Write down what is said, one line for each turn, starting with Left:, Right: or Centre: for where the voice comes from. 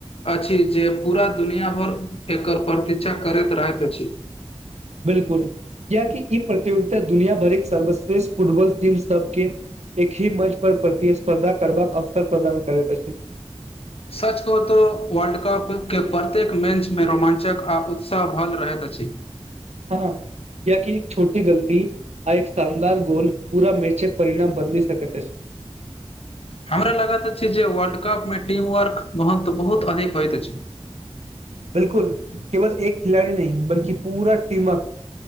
Left: अछि जे पूरा दुनिया भर एकर प्रतीक्षा करैत रहैत अछि। <inaudible>
Right: बिलकुल कियाकि ई प्रतियोगिता दुनिया भरिक सर्वश्रेष्ठ फुटबॉल टीम सबके एक ही मंच पर प्रतिस्पर्धा करबाक अवसर प्रदान करैत अछि।
Left: सच कहों तो वर्ल्ड कप के प्रत्येक मैच मे रोमांचक आ उत्साह भरल रहैत अछी।
Right: ह ह कीयेकी एक छोटी गलती आ एक शानदार गोल पूरा मैचक परिणाम बदलि सकैत अछि।
Left: हमरा लगैत अछि जे वर्ल्ड कपमे टीम वर्क महत्व बहुत अधिक होइत अछि। <inaudible>
Right: बिलकुल केवल एक खिलाड़ी नहि बल्कि पूरा टीमक